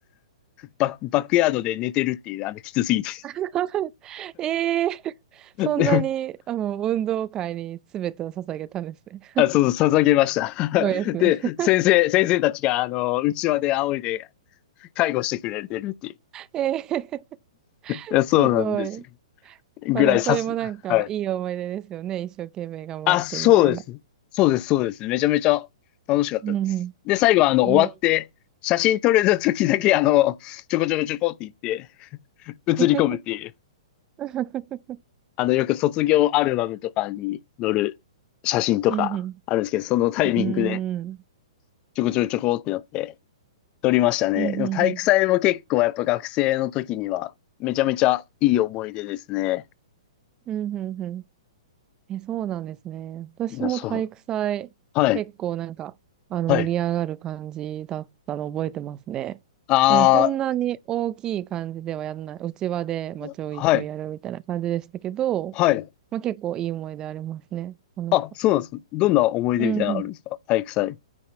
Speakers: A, on the left (about 30°); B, on the right (about 20°).
A: バ、バックヤードで寝てるっていう、あの、きつすぎて。
B: <laughs> ええー、<laughs> そんなに、
A: <laughs>
B: あの、運動会に全てを捧げたんですね。
A: あ、
B: <laughs>
A: そう、捧げました。
B: すごいですね。
A: <laughs> で、先生、先生たちが、あの、うちわで仰いで介護してくれてるっていう。
B: <laughs> ええ
A: いやそうなんですよ。
B: ー、<laughs> すごい。まあでもそれもなんかいい思い出ですよね。
A: ぐらい刺す。はい。
B: 一生懸命頑張ってみたいな。
A: あ、そうです。そうです、そうです。めちゃめちゃ楽しかったです。
B: うんう
A: で、最後あの、終わって、
B: ん。ええ
A: 写真撮れた時だけ、あの、ちょこちょこちょこって言って、写り込むっていう、
B: ー。<laughs>
A: あの、よく卒業アルバムとかに載る写真とかあるんですけど、
B: うんう
A: そのタイミングで、
B: ん。うーん。
A: ちょこちょこちょこってなって、撮りましたね。
B: うんうんうん。
A: でも体育祭も結構やっぱ学生の時には、めちゃめちゃいい思い出ですね。
B: うんうんうん。え、そうなんですね。私も体育祭、
A: いや、そう。はい、
B: 結構なんか、あの、
A: はい。
B: 盛り上がる感じだったの覚えてますね。
A: あ
B: あの、そんなに大きい感じではやらない。内輪で、まあ、ちょいちょいやるみたいな感じでしたけど、
A: あ、はい、はい。
B: まあ、結構いい思い出ありますね。楽しかっ
A: あ、そうなんですか。どんな思い出みたいなのあるんですか体育祭。
B: た。うんうん。